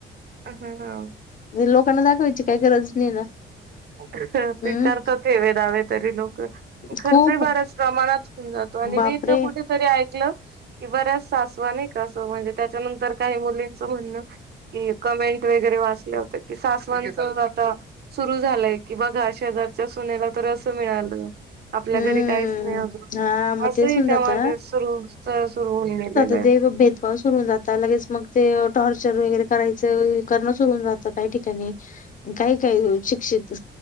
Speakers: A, on the right; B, on the left.
A: ह
B: मनजे लोक पणा दक विची काय गरज नाही आहे ना
A: ते
B: हम्म
A: करतात ठेवे दावे तरी लोक खर्च
B: खूप
A: बऱ्याच प्रमाणात जातो आणि
B: बापरे
A: मी इथं कुठेतरी ऐकलं बऱ्याच सासवा का नाय का म्हणजे त्याच्यानंतर काही मुलींच म्हण कि कमेंट वगैरे वाचले होते कि सासवानच आता सुरु झा झालंय की बघा शे हजारच्या ससुनेला तर असं मिळाल आपल्या
B: हम्म
A: घरी काहीच नाही अजून
B: हां मग
A: असही
B: तेच होऊन
A: त्यामध्ये
B: जातं
A: सुरू सुरु होऊन ग पे
B: जे भेदभाव सुरून जातात लगेच मग ते टॉर्चर वगैरे करायचंणं सुरून जात काही ठिकाणी काही काय शिक्षित